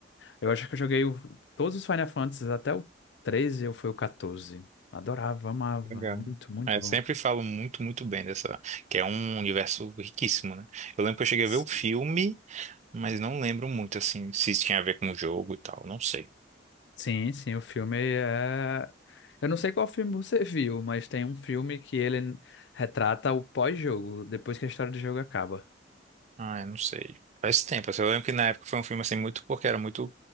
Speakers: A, on the left (about 70°); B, on the right (about 40°).
A: Eu acho que eu joguei o- todos os Final Fantasies até o 13 ou foi o 14. Adorava, amava,
B: Legal.
A: muito, muito
B: É,
A: bom.
B: sempre falo muito, muito bem dessa, que é um universo riquíssimo, né? Eu lembro que eu cheguei
A: Sim,
B: a ver o filme, mas não lembro muito, assim, se tinha a ver com o jogo e tal, não sei.
A: sim, sim, o filme é. Eu não sei qual filme você viu, mas tem um filme que ele retrata o pós-jogo, depois que a história do jogo acaba.
B: Ah, eu não sei. Faz tempo, assim, eu lembro que na época foi um filme, assim, muito porque era muito